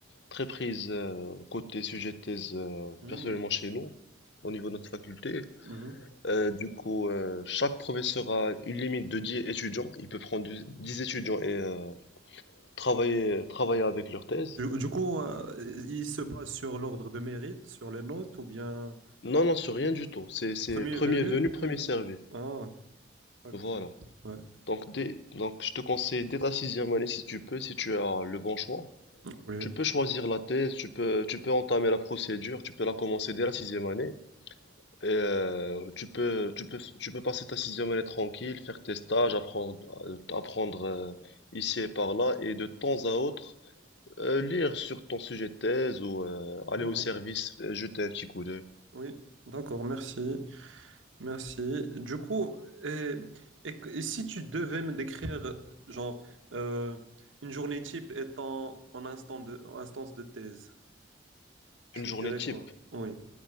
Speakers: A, on the left; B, on the right.
A: très prise euh, côté sujet de thèse euh,
B: Mhm.
A: personnellement chez nous, au niveau de notre faculté.
B: Mhm.
A: Euh, du coup, euh, chaque professeur a une limite de 10 étudiants. Il peut prendre du- 10 étudiants et euh, travailler, travailler avec leur thèse.
B: Du, du coup, euh, il se base sur l'ordre de mérite, sur les notes, ou bien
A: Non, non, c'est rien du tout. C'est, c'est
B: premier
A: premier
B: venu,
A: venu,
B: premier...
A: premier servi.
B: Ah, d'accord.
A: Voilà.
B: Ouais.
A: Donc, dès- donc, je te conseille dès ta sixième année, si tu peux, si tu as le bon choix.
B: Oui.
A: Tu peux choisir la thèse, tu peux, tu peux entamer la procédure, tu peux la commencer dès la sixième année. Et, euh, tu peux, tu peux, tu peux passer ta sixième année tranquille, faire tes stages, apprendre, euh, apprendre euh, ici et par là, et de temps à autre, Euh, lire sur ton sujet de thèse ou euh, aller
B: D'accord.
A: au service, euh, jeter un petit coup d'œil.
B: Oui. D'accord, merci. Merci. Du coup, et, et- et si tu devais me décrire, genre, euh, une journée type étant en instant de, en instance de thèse, tu
A: Une journée
B: me dirais
A: type.
B: quoi? Oui.